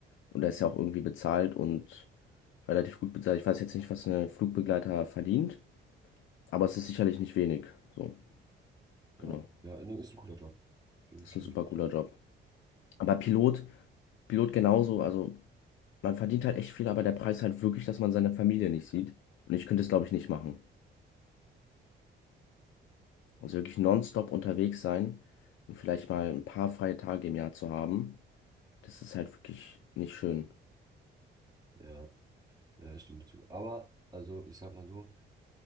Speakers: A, on the left (about 75°); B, on the right (about 20°).
A: und der ist ja auch irgendwie bezahlt und relativ gut bezahlt. Ich weiß jetzt nicht, was ein Flugbegleiter verdient, aber es ist sicherlich nicht wenig. So, genau.
B: Ja, ja, nee, ist ein cooler Job. Gebe
A: Ist
B: ich- Stimme
A: ein super
B: ich dir
A: cooler
B: zu.
A: Job. Aber Pilot, Pilot genauso, also man verdient halt echt viel, aber der Preis halt wirklich, dass man seine Familie nicht sieht. Und ich könnte es, glaube ich, nicht machen. Also wirklich nonstop unterwegs sein und vielleicht mal ein paar freie Tage im Jahr zu haben, das ist halt wirklich nicht schön.
B: Ja, ja, ich stimme dir zu. Aber, also, ich sag mal so,